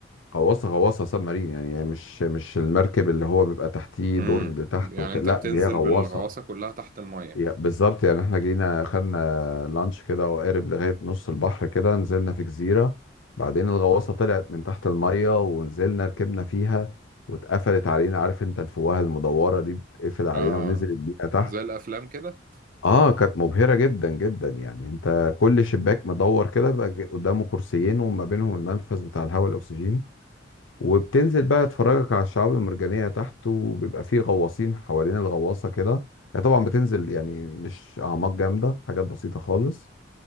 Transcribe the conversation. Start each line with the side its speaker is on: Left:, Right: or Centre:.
Left: غواصة غواصة سب مارين يعني مش مش المركب اللي هو بيبقى تحتيه
Right: امم
Left: دور لتحت
Right: يعني
Left: وك...
Right: انت
Left: لا
Right: بتنزل
Left: دي هي غواصة
Right: بالغواصه كلها تحت الميه
Left: يا- بالظبط يعني احنا جينا خدنا لانش كده وقارب لغاية نص البحر كده نزلنا في جزيرة بعدين الغواصة طلعت من تحت المية ونزلنا ركبنا فيها واتقفلت علينا عارف انت الفوهة المدورة دي بتقفل علينا
Right: اه
Left: ونزلت بينا تحت
Right: زي الافلام كده
Left: اه كانت مبهرة جدا جدا يعني انت كل شباك مدور كده بيبقى ج- قدامه كرسيين وما بينهم المنفذ بتاع الهواء الاكسجين وبتنزل بقى تفرجك على الشعاب المرجانية تحت وبيبقى فيه غواصين حوالين الغواصة كده يعني طبعا بتنزل يعني مش أعماق جامدة حاجات بسيطة خالص